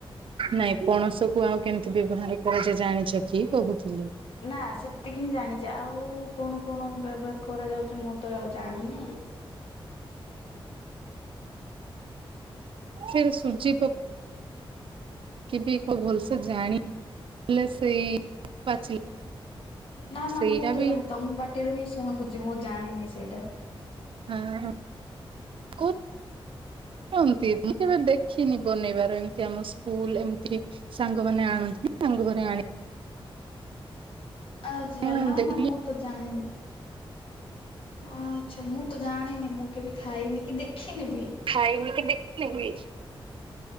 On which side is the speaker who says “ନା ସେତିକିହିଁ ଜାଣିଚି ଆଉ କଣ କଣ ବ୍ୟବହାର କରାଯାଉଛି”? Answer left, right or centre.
Left